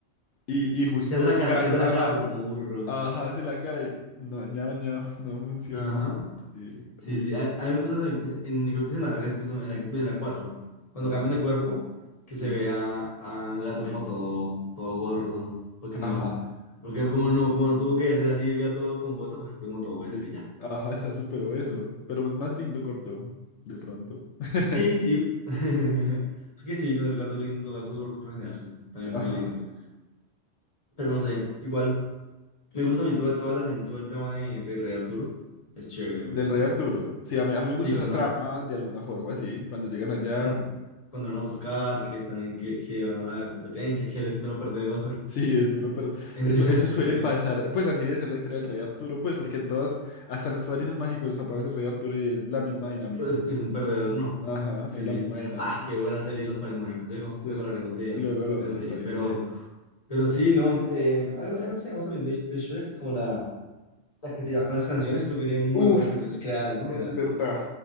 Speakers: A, on the left (about 70°); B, on the left (about 30°).
A: Y, y justo
B: Que hace la
A: el
B: cara,
A: gato,
B: que hace la
A: ajá,
B: cara, pero como burro.
A: ajá, hace la cara y no, ñao, ñao, no funciona.
B: Ajá.
A: Sí,
B: Sí,
A: muy
B: sí,
A: chistoso.
B: a, a mí me gusta también, es en- creo que es en la 3, justo en la, en la 4 cuando
A: Ajá,
B: cambian de cuerpo, que
A: sí,
B: se ve a, a gato como todo, todo gordo, porque
A: ajá,
B: no, porque como no, como no tuvo que hacer así el gato con bota, pues como todo
A: sí.
B: eso y ya.
A: Ajá, está súper obeso, pero es más lindo corto, de pronto. <laughs>
B: Sí, sí, <laughs> es que sí, los gatos, lin- los gatos gordos por lo general son también
A: Ajá.
B: muy lindos, pero no sé, igual, me gusta también toda, toda la, todo el tema de, de Rey Arturo, es chévere, me
A: Del
B: gusta.
A: Rey Arturo. Sí, a mí, a mí me gusta
B: Sí, cuando,
A: esa trama de alguna forma, así. Cuando llegan allá,
B: cuando, cuando van a buscar, que están en, que, que van a la competencia, que él es mero perdedor
A: <laughs> sí, es mero, pero
B: <laughs> en
A: eso,
B: la
A: eso
B: escuela.
A: suele pasar. Pues así debe ser la historia del Rey Arturo, pues porque en todas, hasta los Padrinos Mágicos aparece el Rey Arturo y es la misma dinámica.
B: Pues es un perdedor, no.
A: Ajá,
B: Sí,
A: es
B: sí.
A: la misma dinámica.
B: Ah, qué buena serie Los Padrinos Mágicos. Luego,
A: Cierto.
B: luego hablaremos de,
A: Luego hablamos
B: de la
A: de los
B: serie.
A: Padrinos
B: Pero,
A: Mágicos.
B: pero sí, no. Eh, a mí, a mí no sé, vamos a hablar de, de Shrek, como la, la creatividad con las canciones. Creo que tiene muy
A: Uf,
B: buenas canciones creadas, ¿no?
A: es
B: O sea,
A: verdad,